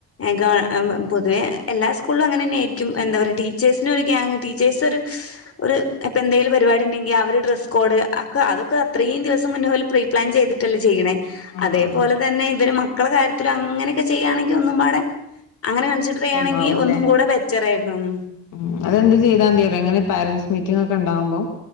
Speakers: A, on the left (about 50°); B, on the left (about 90°).
A: വ പൊതുവെ എല്ലാ സ്കൂളിലും അങ്ങനെന്നെയായിയിരിക്കും എന്താ പറയുക ടീച്ചേഴ്സിനൊ ഒരു ഗിയാങ്ങ് ടീച്ചേഴ്സൊരു ഒരു ഇപ്പൊ എന്തെങ്കിലും പരിപാടി ഇണ്ടെങ്കിൽ അവര് ഡ്രസ് കോഡ് അക ഒക്കെ അതൊക്കെ അത്രയും ദിവസം മുന്നെ പ്രീ പ്ലാൻ ചെയ്ത് ചെയ്യണേ
B: ആഹ്
A: അതേപോലെ
B: ആഹ്
A: തന്നെ ഇവര് മക്കളെ കാര്യത്തിലും അങ്ങനെയൊക്കെ ചെയ്യയാണെങ്കിൽ ഒന്നും പാടെ അങ്ങനെ കൺസിഡർ ചെയ്യാണെങ്കിൽ
B: നന്നാവൂല്ലേ
A: ഒന്നും കൂടെ ബെറ്ററായിരുന്നു ഉം
B: ഉം അതെന്ത് ചെയ്താ മതി അറിയോ ഇങ്ങനെ പാരൻസ് മീറ്റിംഗ് ഒക്കെ ഇണ്ടാവുമ്പോ